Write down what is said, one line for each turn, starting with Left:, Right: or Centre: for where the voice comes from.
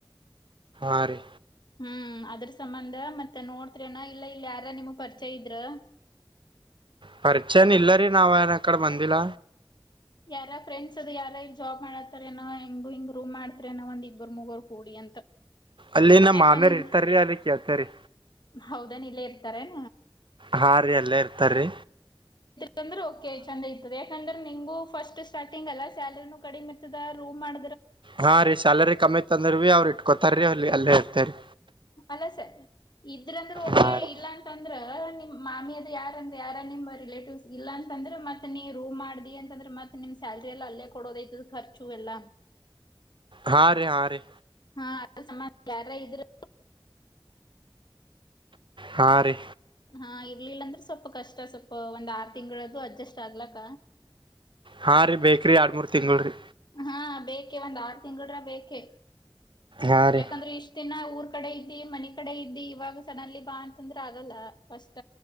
Right: ಹಾರಿ
Left: ಹ್ಮ್ ಅದ್ರ ಸಂಬಂಧ ಮತ್ತೆ ನೋಡ್ತರಿನ ಇಲ್ಲ ಇಲ್ಲಿ ಯಾರ ನಿಮಗ್ ಪರಿಚಯ ಇದ್ರ <inaudible>
Right: ಪರಿಚಯನ ಇಲ್ಲ ರೀ ನಾವ್ ಏನ ಕಡೆ ಬಂದಿಲ್ಲ
Left: ಯಾರ ಫ್ರೆಂಡ್ಸ್ ಅದ ಯಾರ ಈ ಜಾಬ್ ಮಾಡತಾರಏನೋ ಹೆಂಗ ಹಿಂಗ ರೂ್ ಮಾಡ್ತಾರೆ ಅನೋ ಒಂಡ್ ಇಬ್ಬರು ಮುಗರು ಕೂಡಿಿಯ
Right: ಅಲ್ಲಿ ನಮ್ಮ
Left: ಯಾಕಂದ
Right: ಮಾಮೇರ್ ಇರ್ತಾರ್ರಿ ಅಲ್ಲಿ ಕೇಳ್ತೇವ್ರಿ
Left: ಹೌದಾನ ಇಲ್ಲ ಇರ್ ಲ್ಲೆ ಇ
Right: ಹಾ ರೀ ಎಲ್ಲಾ ಇರ್ತಾರೀ
Left: ಹಂದ್ರೆ ಓಕೆ ಚಂದ ಇತದ ಯಾಕಂದ್ರೆ ನಿಮ್ಗ ಫಸ್ಟ್ ಸಾರ್ಟಿಂಗ್ ಅಲ್ಲ ಸ್ಯಾಲರಿನೂ ಕಡಿಮೆ ಇತ್ತದೆ ರೂ್ ಮಾಡ
Right: ಹಾ ರೀ ಸ್ಯಾಲರಿ ಕಮ್ಮಿ ತಂದ್ರ ಭೀ ಅವ್ರರು ಇಟ್ಕೊತಾರ್ರೀ ಅವಲ್ಲಿ ಅಲ್ಲೇ ಇರ್ತೇರಿ
Left: ಅಲ್ಲ ಸರ್ ಇದ್ರಂದ್ರ
Right: ಹಾ
Left: ಕೆ
Right: ರೀ
Left: ಇಲ್ಲ ಅಂತಂದ್ರ ಮಾಮಿ ಅದ ಯಾರಂದ ಯಾರ ನಿಮ ರಿಲೇಟಿವ್ಸ್ ಇಲ್ಲ ಅಂದ್ರೆ ಮತ್ತತ್ ನೀ ರೂಮ್ ಮಾಡಿ ಅಂತಂದ್ರೆತ್ತತ್ ನಿಮ್ ಸ್ಯಲ್ರಿ ಎಲ್ಲ ಅಲ್ಲೇ ಕೊಡೋದೈ್ತದ ಖರ್ಚು ಎಲ್ಲ
Right: ಹಾ ರೀ ಹಾ ರೀ
Left: ಹಾ ಅದ್ರ ಯಾರ ಇದ್ರರು
Right: ಹಾ ರೀ
Left: ಹಾ ಇರ್ಲಿಲ್ಲಂದ್ರೆ ಸ್ವಲ್ಪ ಕಷ್ಟ ಸ್ವಲ್ಪ ಒಂದ್ ಆರು ತಿಂಗಳದ್ದು ಅಡ್ಜಸ್ಟ್ ಆಗ್ಲಕ್ಕ
Right: ಹಾ ರೀ ಬೇಕ್ರಿ ಆರ್ಮರ್ ತಿಂಗಳ ರೀ
Left: ಹಾ ಬೇಕೆ ಒಂದ್ ಆರು ತಿಂಗಳರ ಬೇಕೆ
Right: ಹಾ ರೀ
Left: ಯಾಕಂದ್ರೆ ಇಷ್ಟ ದಿನ ಊರ್ ಕಡೆ ಇದ್ದಿ ಮನೆ ಕಡೆ ಇದ್ದಿ ಇವಾಗ ಸಣ್ಣಲ್ಲಿ ಬಾ ಅಂತಂದ್ರೆ ಆಗಲ್ಲ ಕಷ್ಟ